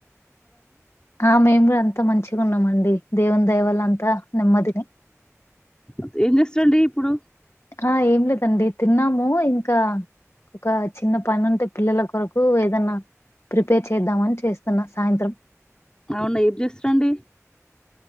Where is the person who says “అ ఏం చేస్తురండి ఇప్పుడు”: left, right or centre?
Left